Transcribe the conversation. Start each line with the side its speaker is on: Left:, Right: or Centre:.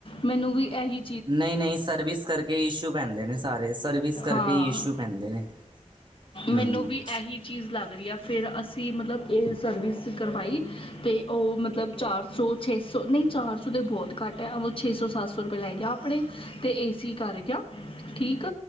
Left: ਮੈਨੂੰ ਵੀ ਐਹੀ
Right: ਨਹੀਂ -ਨਹੀਂ ਸਰਵਿਸ ਕਰਕੇ ਇਸ਼ੂ ਪੈਂਦੇ ਨੇ ਸਾਰੇ, ਸਰਵਿਸ ਕਰਕੇ
Left: ਹਾਂ
Right: ਹੀ ਇਸ਼ੂ ਪੈਂਦੇ ਨੇ ਹੂੰ
Left: ਮੈਨੂੰ ਵੀ ਇਹੀ, ਚੀਜ਼ ਲੱਗ ਰਹੀ ਆ, ਫਿਰ ਅਸੀਂ ਮਤਲਬ ਇਹ ਸਰਵਿਸ ਕਰਵਾਈ ਤੇ ਉਹ ਮਤਲਬ ਚਾਰ ਸੌ ਛੇ ਸੌ ਨਹੀਂ, ਚਾਰ ਸੌ ਤਾਂ ਬਹੁਤ ਘੱਟ ਆ। ਉਹ ਛੇ ਸੌ -ਸੱਤ ਸੌ ਰੁਪਏ ਲੈ ਗਿਆ ਆਪਣੇ, ਤੇ ਏ ਸੀ ਕਰ ਗਿਆ ਠੀਕ